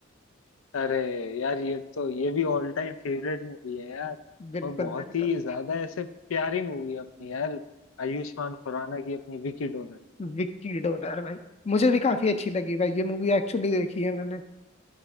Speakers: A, on the left (about 85°); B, on the left (about 30°).
A: अरे यार ये तो ये भी ऑल टाइम फेवरेट मूवी है यार
B: बिल्कुल
A: और बहुत
B: बिल्कुल
A: ही ज्यादा ऐसे प्यारी मूवी है अपनी यार आयुष्मान खुराना की अपनी विकी डोनर
B: विक्की डोनर भाई मुझे भी काफी अच्छी लगी भाई ये मूवी एक्चुअली देखी है मैंने